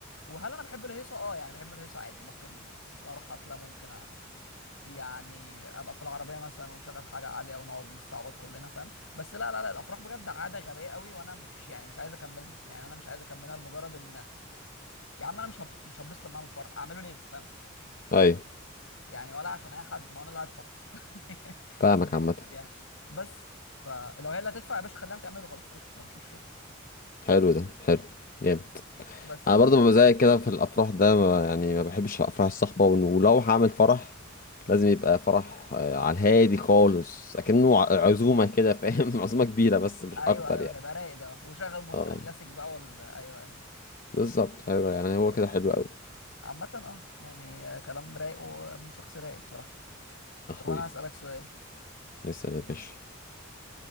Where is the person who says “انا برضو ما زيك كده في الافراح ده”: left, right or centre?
Left